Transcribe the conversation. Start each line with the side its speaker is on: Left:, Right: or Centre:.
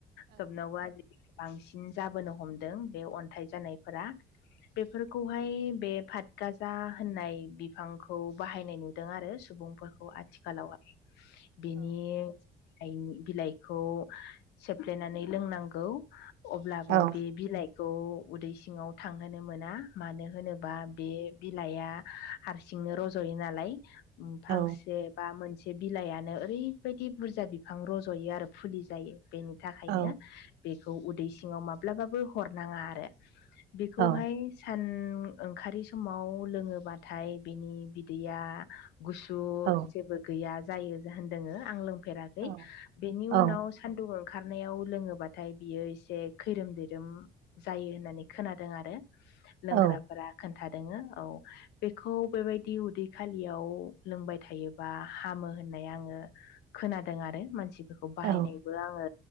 Left: सबनावबो आजिखालि बांसिन जाबोनो हमदों बे अन्थाइ जानायफोरा बेफोरखौहाय बे फाथ गाजा होननाय बिफांखौ बाहायनाय नुदों आरो सुबुंफोर खौ आथिखालाव आ बिनि आइनि बिलाइखौ सेफ्लेनानै लोंनांगौ। अब्लाबो
Right: औ
Left: बे बिलाइखौ उदै सिङाव थांहोनो मोना मानो होनोबा बे बिलाइआ हारसिंनो रज'यो नालाय उम फांसे
Right: औ
Left: बा मोनसे बिलाइआनो ओरैबायदि बुरजा बिफां रज'यो आरो फुलि जायो बेनि थाखायनो
Right: औ
Left: बेखौ उदै सिङाव माब्लाबाबो हरनाङा आरो बेखौहाय
Right: औ
Left: सान ओंखारि समाव लोङोबाथाय बिनि बिदैया गुसु सु
Right: औ
Left: जेबो गैया जायो जाहोन जोङो आं लोंफेराखै
Right: औ
Left: बिनि
Right: औ
Left: उनाव सान्दुं ओंखारनायाव लोङोबाथाय बियो एसे खैरोम दैैरोम जायो होननानै खोनादों आरो लोंग्राफोरा
Right: औ
Left: खोन्थादोंङो औ बेखौ बेबायदि उदै खालियाव लोंबाय थायोबा हामो होननाय आङो खोनादों आरो मानसि बेखौ बाहायनायबो
Right: औ
Left: आङो